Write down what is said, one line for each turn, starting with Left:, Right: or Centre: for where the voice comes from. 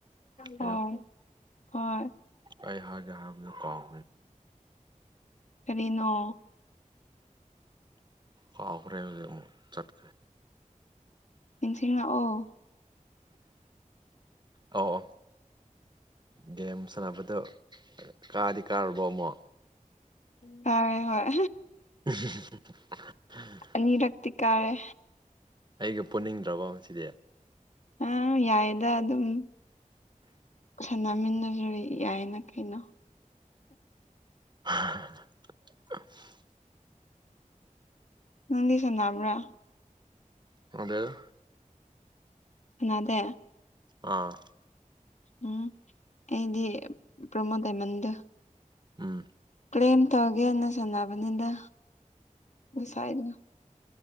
Right: ꯀꯩꯅꯣ
Left: ꯑꯣ ꯍꯣꯏ
Right: ꯑꯩ ꯍꯖꯍ ꯀꯥꯎ
Left: ꯀꯔꯤꯅꯣ
Right: ꯍꯈꯥ ꯍꯈ꯭ꯔꯦ ꯍꯧꯖꯛ ꯆꯠꯈꯦ
Left: ꯅꯤꯡꯁꯤꯡꯅ ꯑꯣ
Right: ꯑꯧ ꯑꯣ ꯒꯦꯝ ꯁꯥꯟꯅꯕꯗꯣ ꯀꯥꯗꯤ ꯀꯥꯔꯕꯣ ꯑꯃꯨꯛ
Left: ꯇꯥꯔꯦ ꯍꯣꯏ
Right: <unintelligible>
Left: ꯅꯤ ꯔ ꯇꯤ ꯀꯥꯔꯦ
Right: ꯑꯩꯒ ꯄꯨꯅꯤꯡꯗ꯭ꯔꯕ ꯁꯤꯗꯤ
Left: ꯑ ꯌꯥꯏꯗ ꯑꯗꯨꯝ ꯁꯥꯟꯅꯃꯤꯟꯅꯖꯤꯔ ꯌꯥꯏꯅ ꯀꯩꯅꯣ
Right: <unintelligible>
Left: ꯅꯪꯗꯤ ꯁꯥꯟꯕ꯭ꯔꯥ
Right: ꯑꯦꯗꯦ
Left: ꯀꯅꯥꯗꯦ
Right: ꯑꯥ
Left: ꯎꯝ ꯑꯩꯗꯤ ꯄ꯭ꯔꯃꯣ ꯗꯥꯢꯃꯟꯗꯣ
Right: ꯎꯝ
Left: ꯀ꯭ꯂꯦꯝ ꯇꯧꯒꯦꯅ ꯁꯥꯟꯅꯕꯅꯤꯗ ꯉꯁꯥꯏꯒꯤꯗꯣ